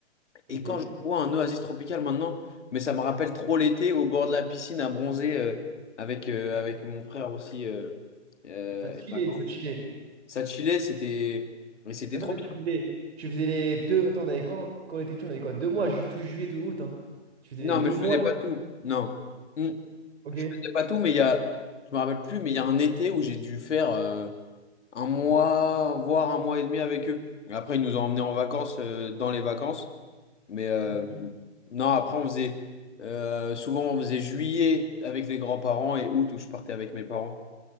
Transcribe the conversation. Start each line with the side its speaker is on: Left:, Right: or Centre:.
Left: Et
Right: Ok.
Left: quand je bois un Oasis Tropical maintenant, mais ça me rappelle trop l'été au bord de la piscine à bronzer euh, avec, euh, avec mon frère aussi. euh, euh,
Right: Ça te filait,
Left: et ma grand-mère.
Right: ça te filait.
Left: Ça chillait, c'était mais c'était
Right: Mais attends,
Left: trop
Right: mais
Left: bien.
Right: tu faisais, tu faisais les deux. Attends, on avait quoi quand on était petit? On avait quoi? Deux mois, ju- tout juillet, tout août. Hein. Tu faisais
Left: Non,
Right: les deux
Left: mais je
Right: mois.
Left: faisais pas tout. Non. Hmm.
Right: Ok.
Left: Je faisais pas tout, mais il y a je me rappelle plus, mais il y a un été où j'ai dû faire euh, un mois, voire un mois et demi avec eux. Après, ils nous ont emmenés en vacances euh, dans les vacances. Mais euh,
Right: Ok.
Left: non, après on faisait euh, souvent on faisait juillet avec les grands-parents et août où je partais avec mes parents.